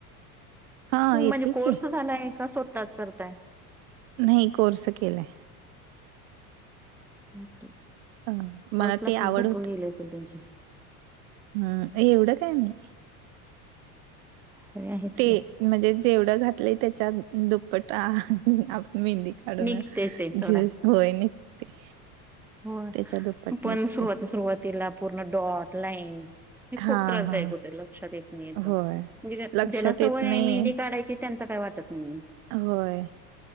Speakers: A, on the right (about 60°); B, in the centre.
A: हा
B: हो
A: येते
B: म्हणजे कोर्स
A: की.
B: झालाय का स्वतःच करताय?
A: नाय कोर्स केलाय.
B: ओके
A: अ मला
B: कोर्सला
A: ते आवड
B: फी भरपूर गेली असेल तुमची.
A: हम् एवढं काय नाय.
B: तरी आहेच
A: ते
B: की.
A: म्हणजे जेवढं घातलंय त्याच्या दुप्पटा आपण मेहंदी काढून
B: निघतेच ते सोडा
A: घेऊन होय निघते.
B: हो
A: त्याच्या दुप्पट
B: पण
A: निघते.
B: सुरवाती सुरुवातीला पूर्ण डॉट लाईन हे
A: हा
B: खूप त्रासदायक
A: हा
B: होते लक्षात येत नाही म्हणजे
A: होय. लक्षात
B: ज्याला सवय
A: येत नाही
B: आहे मेहंदी काढायची त्यांचं काय वाटत नाही.
A: होय